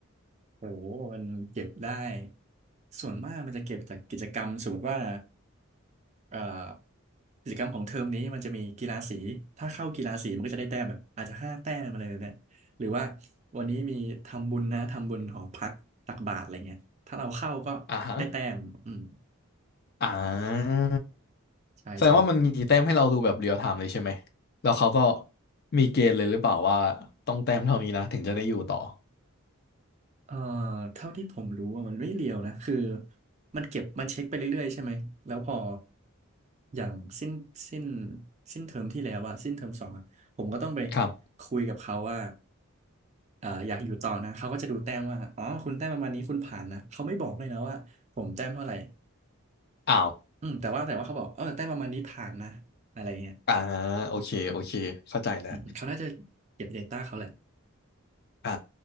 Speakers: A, on the right; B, on the left.
A: โอ้โหมันเก็บได้ส่วนมากมันจะเก็บจากกิจกรรมสมมติว่าเอ่อกิจกรรมของเทอมนี้มันจะมีกีฬาสีถ้าเข้ากีฬาสีมันก็จะได้แต้มแบบอาจจะห้าแต้มอะไรแบบเนี่ยหรือว่าวันนี้มีทำบุญนะทำบุญหอพักตักบาตรอะไรเงี้ยถ้าเราเข้าก็ได้แต้มอืม
B: อ่าฮะอ่า
A: ใช่ใช่
B: แสดงว่ามันมีแต้มให้เราดูแบบเรียลไทม์เลยใช่ไหมแล้วเขาก็มีเกณฑ์เลยหรือเปล่าว่าต้องแต้มเท่านี้นะถึงจะได้อยู่ต่อ
A: เอ่อเท่าที่ผมรู้อะมันไม่เรียวนะคือมันเก็บมันเช็คไปเรื่อยๆใช่ไหมแล้วพออย่างสิ้นสิ้นสิ้นเทอมที่แล้วอะสิ้นเทอมสองอะผมก็ต้องไป
B: ครับ
A: คุยกับเขาว่าเอ่ออยากอยู่ต่อนะเขาก็จะดูแต้มว่าอ๋อคุณแต้มประมาณนี้คุณผ่านนะเขาไม่บอกเลยนะว่าผมแต้มเท่าไหร่
B: อ้าว
A: อืมแต่ว่าแต่ว่าเขาบอกเออแต้มประมาณนี้ผ่านนะอะไรเงี้ย
B: อ่าโอเคโอเคเข้าใจแล้ว
A: อืมเขาน่าจะเก็บ Data เขาแหละ
B: อ่า